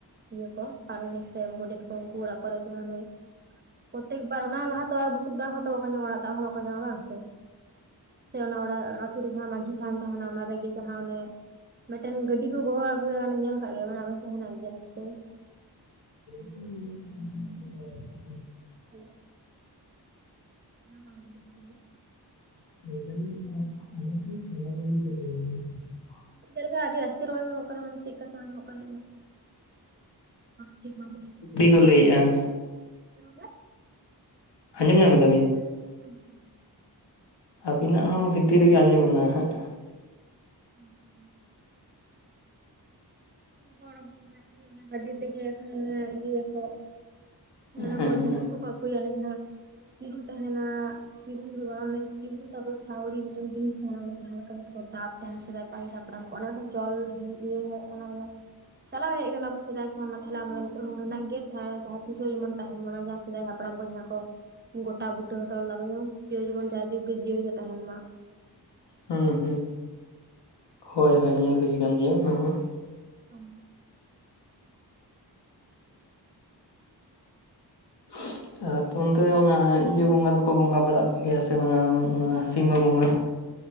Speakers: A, on the right (about 25°); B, on the left (about 75°).
A: ᱤᱭᱟᱹ ᱠᱚ ᱯᱟᱨᱟᱱᱤᱠ ᱥᱮ ᱜᱳᱰᱮᱛ ᱠᱚ ᱩᱱᱠᱩ ᱚᱲᱟᱜ ᱠᱚᱨᱮ ᱡᱟᱦᱟ ᱢᱮ ᱯᱨᱚᱛᱮᱠ ᱵᱟᱨ ᱚᱱᱟ ᱞᱟᱦᱟ ᱛᱚ ᱟᱨ ᱵᱩᱥᱩᱵ ᱫᱟᱜ ᱦᱚᱸ ᱛᱚ ᱵᱟᱠᱚ ᱧᱟᱢᱟ ᱚᱲᱟᱜ ᱫᱟᱵ ᱦᱚᱸ ᱵᱟᱠᱚ ᱧᱟᱢᱟ ᱵᱟᱝ ᱥᱮ ᱾ ᱥᱮ ᱚᱱᱟ ᱚᱲᱟᱜ ᱟᱛᱩ ᱨᱮ ᱡᱟᱦᱟᱸ ᱢᱟᱺᱡᱷᱤ ᱛᱷᱟᱱ ᱛᱟᱦᱮᱱᱟ ᱚᱱᱟ ᱨᱮᱜᱮ ᱡᱟᱦᱟᱸ ᱚᱱᱮ ᱢᱤᱫᱴᱮᱱ ᱜᱟᱹᱰᱤ ᱠᱚ ᱜᱚᱦᱚᱲ ᱟᱹᱜᱩᱭᱟ ᱚᱱᱮ ᱧᱮᱞ ᱠᱟᱜ ᱜᱮᱭᱟ ᱵᱮᱱ ᱟᱵᱮᱱ ᱥᱮᱫ ᱦᱮᱱᱟᱜ ᱜᱮᱭᱟ ᱱᱤᱥᱪᱚᱭ ᱾
B: <unintelligible>
A: <inaudible> <inaudible>
B: <inaudible> <inaudible>
A: ᱪᱮᱫ ᱞᱮᱠᱟ ᱟᱹᱰᱤ ᱟᱥᱛᱮ ᱨᱚᱲ ᱧᱟᱢᱚᱜ ᱠᱟᱱᱟ ᱢᱟᱱᱮ ᱪᱮᱫ ᱠᱟ ᱪᱚᱝ ᱟᱡᱚᱢᱚᱜ ᱠᱟᱱ ᱛᱟᱵᱤᱱᱟ <inaudible>
B: <unintelligible> ᱠᱚ ᱞᱟᱹᱭᱮ-ᱟ ᱾
A: <unintelligible>
B: ᱟᱸᱡᱚᱢ ᱧᱟᱢ ᱫᱟᱵᱤᱱ ᱾
A: <unintelligible>
B: ᱟᱹᱵᱤᱱᱟᱜ ᱦᱚᱸ ᱵᱷᱤᱛᱤᱨ ᱨᱮᱜᱮ ᱟᱸᱡᱚᱢ ᱮᱱᱟ ᱦᱟᱸᱜ ᱾
A: <unintelligible> <inaudible> ᱜᱟᱹᱰᱤ ᱛᱮᱜᱮ ᱦᱟᱠᱷᱟᱱ ᱤᱭᱟᱹ ᱟᱠᱚ ᱚᱱᱟ
B: ᱦᱮᱸ
A: ᱠᱚ ᱡᱤᱱᱤᱥ
B: ᱦᱮᱸ
A: ᱠᱚᱠᱚ ᱟᱜᱩᱭᱟ ᱚᱱᱟ ᱡᱟᱦᱟᱸ ᱧᱩᱨᱩ ᱛᱟᱦᱮᱱᱟ ᱾ ᱪᱤᱨᱩ ᱫᱚ ᱵᱟᱝ ᱚᱱᱮ <inaudible> ᱥᱟᱣᱲᱤ ᱢᱤᱫᱴᱮᱱ ᱡᱤᱱᱤᱥ ᱛᱟᱦᱮᱱᱟ ᱚᱱᱟ ᱡᱟᱦᱟᱸ ᱞᱮᱠᱟ ᱠᱟᱛᱮ ᱠᱚ ᱫᱟᱵᱼᱼ <inaudible> ᱚᱱᱮ ᱡᱚᱞ ᱤᱭᱟᱹ ᱦᱮᱡ ᱠᱟᱱᱟ ᱢᱟᱱᱮ ᱪᱟᱞᱟᱣ ᱦᱮᱡ ᱠᱟᱱᱟ ᱠᱚ ᱥᱮᱫᱟᱭ ᱠᱷᱚᱱ ᱢᱟ ᱛᱟᱦᱞᱮ ᱟᱢ ᱱᱤᱛᱚᱜ ᱦᱚᱸ ᱦᱮᱱᱟᱜ ᱜᱮᱭᱟ ᱡᱟᱦᱟᱸ ᱛᱤᱥ ᱦᱚᱸ ᱡᱮᱢᱚᱱ ᱛᱟᱦᱮᱱ ᱢᱟ᱾ ᱥᱮᱫᱟᱭ ᱦᱟᱯᱲᱟᱢ ᱠᱚ ᱡᱟᱦᱟᱸ ᱠᱚ ᱜᱚᱴᱟ ᱵᱩᱴᱟᱹ ᱦᱚᱴᱚ ᱞᱮᱫᱟ ᱚᱱᱟ ᱡᱮᱚᱱ ᱡᱟᱭ ᱡᱩᱜᱽ ᱜᱮ ᱡᱤᱭᱟᱹᱲ ᱜᱮ ᱛᱟᱦᱮᱱ ᱢᱟ ᱾
B: ᱦᱩᱸ ᱦᱩᱸ ᱦᱳᱭ ᱦᱳᱭ ᱧᱮᱞ ᱦᱩᱭ ᱠᱟᱱ ᱜᱮᱭᱟ ᱚᱱᱟ ᱦᱚᱸ᱾
A: <unintelligible>
B: <unintelligible> ᱟᱯᱮ ᱚᱱᱛᱮ ᱚᱱᱟ ᱤᱭᱟᱹ ᱵᱚᱸᱜᱟ ᱫᱚᱠᱚ ᱵᱚᱸᱜᱟ ᱵᱟᱲᱟᱜ ᱜᱮᱭᱟ ᱥᱮ ᱵᱟᱝᱟ ᱚᱱᱟ ᱥᱤᱢᱟᱹ ᱵᱚᱸᱜᱟ?